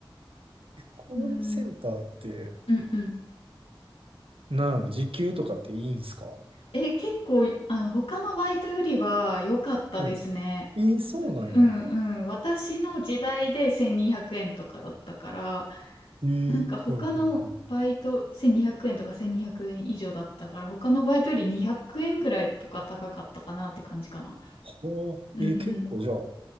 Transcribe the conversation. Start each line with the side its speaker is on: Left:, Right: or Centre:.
Right: <laughs> コールセンターって、
Left: うん。うんうん。
Right: なんやろ、時給とかっていいんすか
Left: え、結構、あの、他のバイトよりは良かったですね。
Right: もう、いいそうなんや。
Left: うんうん。私の時代で1200円とかだったから、
Right: ええ、
Left: なんか他のバイト1200円とか1200円以上だったから、
Right: はいはいはい。
Left: 他のバイトより200円ぐらいとか高かったかなって感じかな。
Right: はあ、
Left: うんうん。
Right: ええ、結構じゃあ、